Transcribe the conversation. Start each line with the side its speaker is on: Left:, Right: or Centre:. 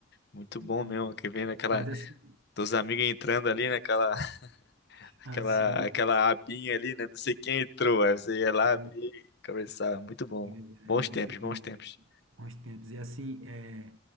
Left: Muito
Right: Muito
Left: bom mesmo,
Right: bom.
Left: que vem naquela,
Right: Mas assim,
Left: teus amigos entrando ali, naquela, <laughs>
Right: assim,
Left: aquela, aquela abinha ali, né? Não sei quem entrou, aí você ia lá
Right: isso,
Left: abrir e conversar. Muito bom.
Right: pois é
Left: Bons
Right: muito
Left: tempos, bons
Right: bom.
Left: tempos.
Right: Bons tempos. E assim, é,